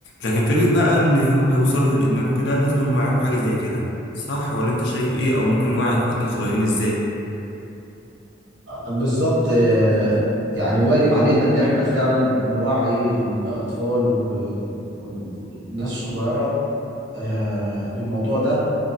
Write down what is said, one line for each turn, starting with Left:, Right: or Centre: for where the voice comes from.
Left: لكن فكرة بقى إن هم يوصلوا للإدمان وكده لازم نوعيهم حاجة زي كده صح ولا أنت شايف ايه أو ممكن نوعي إخواتنا الصغيرين ازاي؟
Right: بالظبط آه، يعني واجب علينا اللي احنا فعلا نوعي الأطفال و- وال- والناس الصغيرة آه، بالموضوع ده